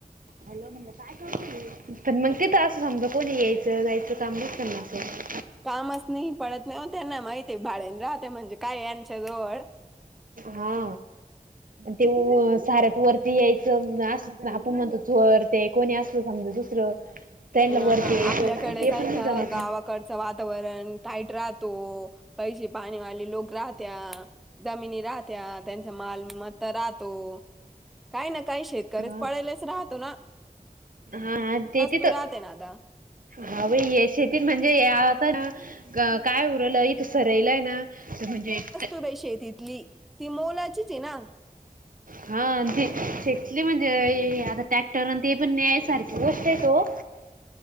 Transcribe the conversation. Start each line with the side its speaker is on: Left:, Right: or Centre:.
Right: हॅलो म्हणाली पण मग तिथं असं समजा कोणी यायचं जायचं काम नाही करणार असं.
Centre: कामच नाही पडत नाहीव त्यांना माहिती भाडेन राहते म्हणजे काय यांच्या जवळ.
Right: हा ते साऱ्रयात वरती यायचं अस आपण म्हणतो चोर ते कोणी असलं समज दुसरं त्यांना
Centre: अ
Right: वरती
Centre: हा
Right: यायचं
Centre: आपल्याकडे
Right: ते पण
Centre: काय
Right: नाही जमत
Centre: गावाकडचं वातावरण टाईट राहतो. पैसे पाणी वाले लोग राहते जमिनी राहते. त्या त्यांचा मालमत्ता राहतो. काही ना काही शेतकरीच
Right: ना
Centre: पळलेच राहतो ना
Right: हा हा ते अ
Centre: तु राहते ना आता
Right: हव यशेती म्हणजे आता काय उरलं इथ सरयलंय ना म्हणजे त
Centre: तु शेतीतली ती मोलाचीच ना?
Right: हा ते शेतली म्हणजे आता टॅक्टर ते पण न्याय सारखी गोष्ट आहे तो